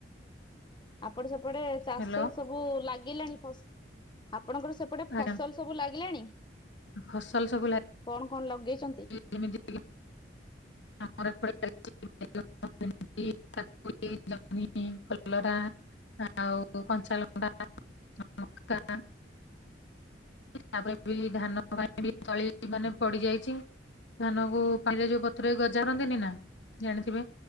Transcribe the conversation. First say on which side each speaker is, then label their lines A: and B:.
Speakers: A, on the left (about 25°); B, on the left (about 80°).
A: ଆପଡେ ସେପଟେ ଚାଷ
B: ହ୍ୟାଲୋ
A: ସବୁ ଲାଗିଲାଣି ଫସ ଆପଣଙ୍କର ସେପଟେ ଫସଲ
B: ଆଜ୍ଞା
A: ସବୁ ଲାଗିଲାଣି?
B: ଫସଲ ସବୁ ଲାଗ
A: କଣ କଣ ଲଗେଇଛନ୍ତି?
B: ଏମିତି ଆମର ଏପଡେ ଲାଗିଚି ଭେଣ୍ଡି, କାକୁଡି, ଜନି, କଲରା ଆଉ କଞ୍ଚା ଲଙ୍କା, ମକା ତାପରେ ବି ଧାନ ପାଇଁ ବି ତଳି ମାନେ ପଡିଯାଇଛି। ଧାନ କୁ ପାଣିରେ ଯୋଉ ବତୁରେଇ ଗଜା କରନ୍ତିନି ନା ଜାଣିଥିବେ।